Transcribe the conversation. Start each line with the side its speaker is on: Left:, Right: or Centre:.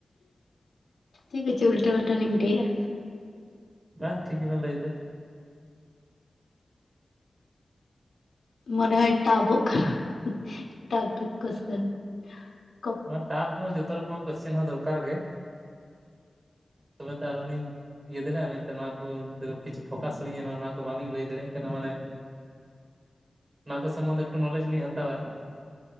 Left: ᱪᱤᱠ ᱠᱚᱪᱚ ᱩᱞᱴᱟᱹ ᱯᱟᱞᱴᱟ ᱞᱤᱧ ᱴᱷᱟᱹᱭᱮᱜᱼᱟ᱾
Right: ᱦᱮᱸ ᱴᱷᱤᱠ ᱜᱮᱵᱱ ᱞᱟᱹᱭ ᱮᱫᱟ᱾
Left: ᱢᱚᱱᱮ ᱦᱚ ᱴᱟᱵᱚ ᱠᱟᱱᱟ᱾ ᱴᱟᱵᱩᱠᱮᱥᱚᱱ <unintelligible>
Right: ᱚᱱᱟ ᱴᱟᱯ ᱦᱚᱸ ᱡᱚᱛᱚ ᱨᱚᱠᱚᱢᱟᱜ ᱠᱚᱥᱪᱮᱱ ᱦᱚᱸ ᱫᱚᱨᱠᱟᱨ ᱜᱮ ᱛᱚᱵᱮ ᱛᱚ ᱟᱨᱚ ᱞᱤᱧ᱾ ᱤᱭᱟᱹ ᱫᱟᱲᱮᱭᱟᱜᱼᱟ᱾ ᱢᱮᱱᱛᱮ ᱱᱚᱣᱟ ᱠᱚ ᱠᱤᱪᱷᱩ ᱯᱷᱳᱠᱟᱥ ᱞᱤᱧ ᱮᱢᱟ, ᱚᱱᱟ ᱠᱚ ᱵᱟᱞᱤᱧ ᱞᱟᱹᱭ ᱫᱟᱲᱮᱭᱟᱜ ᱠᱟᱱᱟ ᱢᱟᱱᱮ᱾ ᱚᱱᱟ ᱠᱚ ᱥᱚᱢᱚᱱᱫᱷᱮ ᱮᱠᱴᱩ ᱱᱚᱞᱮᱡᱽ ᱞᱤᱧ ᱦᱟᱛᱟᱣᱟ᱾